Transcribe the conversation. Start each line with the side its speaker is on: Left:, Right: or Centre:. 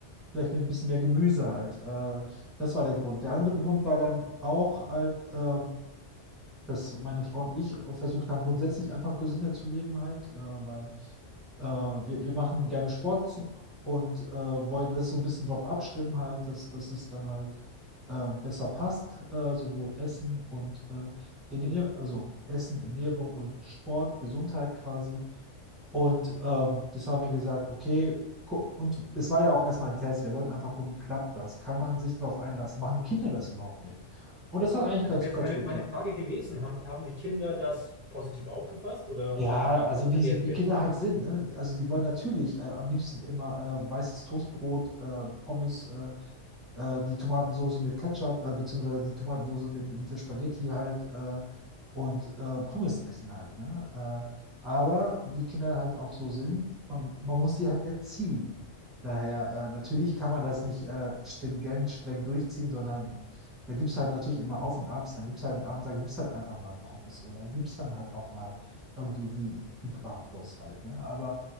Centre: vielleicht mit ein bisschen mehr Gemüse halt. Äh, das war der Grund. Der andere Grund war dann auch halt, äh, dass meine Frau und ich versucht haben, grundsätzlich einfach gesünder zu leben halt, äh, weil äh, wir, wir machen gerne Sport zu, und äh, wollten das so ein bisschen drauf abstimmen, halt, dass, dass es dann halt äh, besser passt, äh, sowohl Essen und äh, Ernähr also Essen, Ernährung und Sport, Gesundheit quasi. Und ähm, das haben wir gesagt, okay, gu- und es war ja auch erstmal ein Test. Wir wollten einfach gucken, klappt das? Kann man sich darauf einlassen? Machen die Kinder das überhaupt mit? Und
Right: Ja,
Centre: das hat eigentlich
Right: das
Centre: ganz,
Right: wäre jetzt
Centre: ganz
Right: meine,
Centre: gut
Right: meine
Centre: geklappt.
Right: Frage gewesen. Haben, haben die Kinder das positiv aufgefasst oder
Centre: Ja,
Right: wie
Centre: also
Right: haben sie
Centre: wie,
Right: reagiert?
Centre: so, wie Kinder halt sind, ne? Also die wollen natürlich äh, am liebsten immer äh, weißes Toastbrot, äh, Pommes, äh, äh, die Tomatensoße mit Ketchup, äh, beziehungsweise die Tomatensoße mit, mit der Spaghetti halt äh, und äh, Pommes essen halt, ne? Äh, aber wie Kinder halt auch so sind, man, man muss sie halt erziehen. Daher, äh, natürlich kann man das nicht äh, stringent, streng durchziehen, sondern da gibt es halt natürlich immer Auf und Abs. Dann gibt es halt einen Abend, dann gibt es halt einfach mal Pommes oder da gibt es dann halt auch mal irgendwie die, die Bratwurst halt, ne? Aber